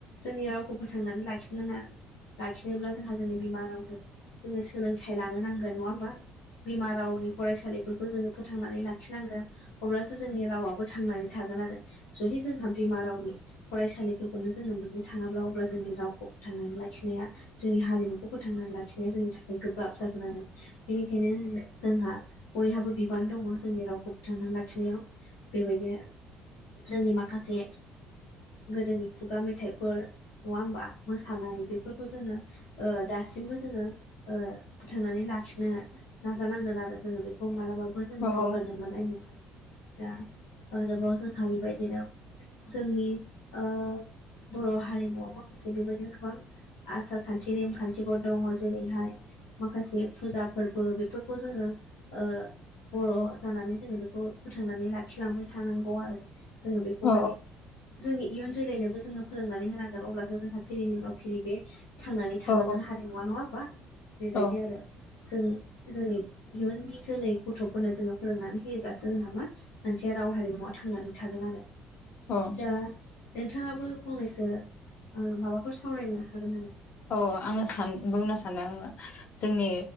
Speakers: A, on the left (about 75°); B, on the left (about 55°).
A: जोंनि रावखौ फोथांनानै लाखिनोना लाखिनोब्ला जोंहा जोंनि बिमा रावजों जोंङनो सोलोंथाइ लानो नांगोन नङा होमबा? बिमा रावनि फरायसालि बेफोरखौ जोङो फोथांनानै लाखिनांगोन अब्लासो जोंनि रावाबो थांनानै थागोन आरो। जुदि जोंहा बिमा रावनि फरायसालिफोरखौनो जोङो मोननो थाङाब्ला अब्ला जोंनि रावखौ फोथांनानै लाखिनाया जोंनि हारिमुखौ फोथांनानै लाखिनाया जोंनि थाखाय गोब्राब जागोन आरो बेनिखायनो जोंहा बयहाबो बिबान दङ जोंनि रावखौ फोथांनानै लाखिनायाव बेबायदि आरो। जोंनि माखासे गोदोनि खुगा मेथाइ फोर नङा होमबा मोसानाय बेफोरखौ जोङो ओ दासिमबो जोङो ओ फोथांनानै लाखिनो नाजानांगोन आरो जोङो बेखौ मालाबाबो जोङो
B: औ
A: बावगारनो
B: औ
A: मोननाय नङा। दा आरोबाव जोंहा बेबायदिनो जोंनि ओ बर' हारिमुआव माखासे बेबायदिनो गोबां आसार खान्थि नेमखान्थिफोर दङ जेरैहाय माखासे फुजा फोरबो बेफोरखौ जोङो ओ बर' जानानै जोङो बेखौ फोथांनानै लाखिलांबाय थानांगौ आरो। जोङो बेखौहाय
B: औ
A: जोंनि इयुन जोलैनोबो जोङो फोरोंनानै होनांगोन। अब्लासो जोंहा फिरिनि उनाव फिरि बे थांनानै थालांगोन
B: औ
A: हारिमुवा नङा होमबा बेबायदि
B: औ
A: आरो। जों जोंनि इयुननि जोलै गथ'फोरनो जोङो फोरोंनानै होयोब्लासो जोंहा मा मोनसे राव हारिमुवा थांनानै थागोन आरो।
B: औ
A: दा नोंथाङाबो फंनैसो माबाफोर सावरायनो हागोन नामा?
B: औ आङो सान बुंनो सानदों आङो जोंनि